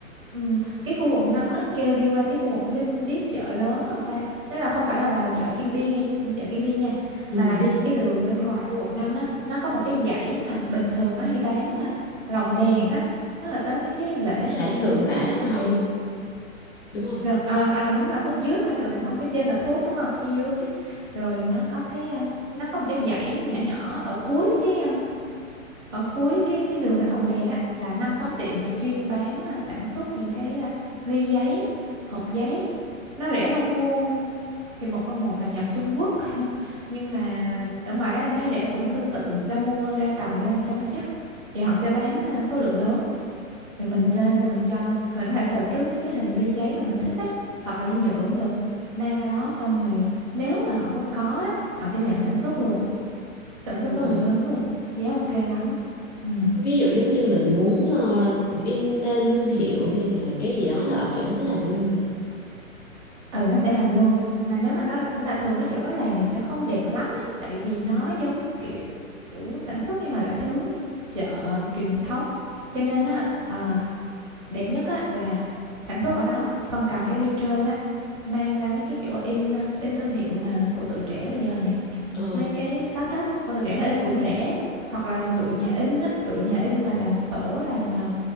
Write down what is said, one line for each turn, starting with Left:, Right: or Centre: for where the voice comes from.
Right: ừm, cái khu quận 5 á kêu đi qua cái khu quận Linh biết chợ lớn không ta tức là không phải là vào chợ Kim Biên hay chợ Kim Biên nha
Left: ừ.
Right: mà là đi cái đường bên ngoài khu quận 5 á nó có một cái dãy mà bình thường nó hay bán à, lồng đèn á mới là tới mấy cái lễ
Left: Hải
Right: này kia
Left: thượng
Right: mình hay
Left: lãi
Right: thấy nó bán
Left: ăn
Right: lồng
Left: ông
Right: đèn
Left: đúng không
Right: gần à, à, đúng rồi khúc dưới của hai tường đàn ông phía trên là thuốc đúng không cái dưới rồi nó có cái um, nó có một cái dãy nhỏ nhỏ ở cuối cái ở cuối cái cái đường Mát Lòng Đèn á là năm sáu tiệm là chuyên bán à, sản xuất những cái à, ly giấy hộp giấy nó rẻ hơn mua thì một là một là nhập Trung Quốc <laughs> nhưng mà ở ngoài đó anh thấy rẻ cũng tương tự ra mua ra cầm lên cho nó chắc thì họ sẽ bán à, số lượng lớn thì mình lên là mình cho mình có thể search trước mấy cái hình ly giấy mà mình thích á hoặc là ly nhựa cũng được mang ra đó xong rồi nếu mà họ không có á họ sẽ nhận sản xuất luôn sản xuất
Left: ừ.
Right: số lượng lớn luôn giá ok lắm ừ
Left: ví dụ giống như mình muốn ờ, in tên thương hiệu hay là cái gì đó là ở chỗ đó nó làm luôn hả
Right: ừ nó sẽ làm luôn mà nếu mà nó mà thường mấy chỗ đó làm thì sẽ không đẹp lắm ấy tại vì nó giống kiểu, kiểu sản xuất nhưng mà lại theo hướng chợ truyền thống cho nên á ờ, đẹp nhất á là sản xuất ở đó xong cầm cái ly trơn á mang ra mấy cái chỗ in ờ, in thương hiệu mà của tụi trẻ bây giờ nè
Left: ờ
Right: mấy cái startup ờ, rẻ nó in cũng rẻ hoặc là tụi nhà in á tụi nhà in mà làm sổ làm ờ,